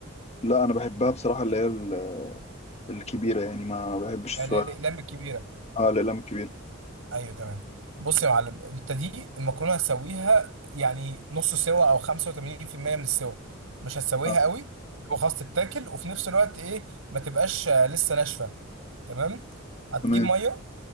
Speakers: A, on the left; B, on the right.
A: لا انا بحبها بصراحه اللي هي ال- الكبيره يعني ما بحبش
B: يعني
A: السؤال
B: اللي هي الاقلام الكبيره
A: اه الاقلام الكبيره
B: ايوه تمام بص يا معلم انت دي المكرونه هتسويها يعني نص سوا او 85% من السوا مش هتسويها
A: اه
B: قوي يبقى خلاص تتاكل وفي نفس الوقت ايه ما تبقاش آه، لسه ناشفه تمام هتجيب
A: تمام
B: ميه